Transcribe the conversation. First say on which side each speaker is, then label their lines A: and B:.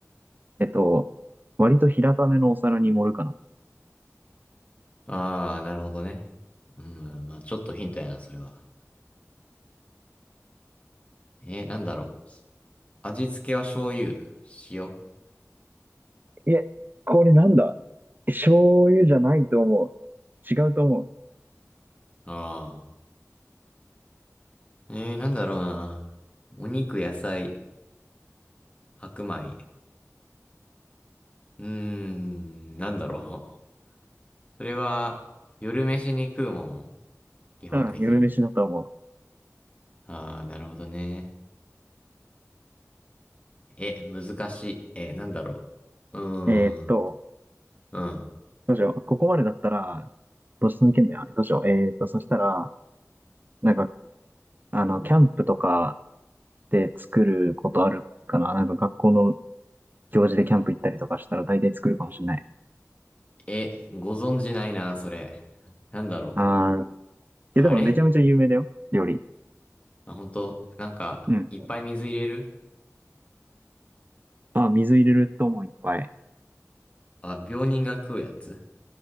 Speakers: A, on the right; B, on the left.
A: えっと、割と平ためのお皿に盛るかな。
B: ああ、なるほどね。うん、まあちょっとヒントやな、それは。えー、なんだろう。味付けは醤油、塩。あ
A: え、これなんだ醤油じゃないと思う。違うと思う。
B: あ。えー、なんだろうな。お肉、野菜、白米。うーん、なんだろう。<laughs> それは、夜飯に食うもん基本的に。
A: うん、夜飯だと思
B: ああ、なるほどね。え、難しい。えなんだろう。うーん、
A: う。えーっと、
B: うん。
A: どうしよう。ここまでだったら、どうしてもいけんだよ。どうしよう。えーっと、そしたら、なんか、あの、キャンプとかで作ることあるかななんか学校の行事でキャンプ行ったりとかしたら大体作るかもしれない。
B: え、ご存知ないな、それ。なんだろう。
A: あー、い
B: あれ
A: やでもめちゃめちゃ有名だよ。料理。
B: まあ、本当なんか、
A: うん。
B: いっぱい水入れる
A: あ、水入れると思う、いっぱい。
B: あ、病人が食うやつ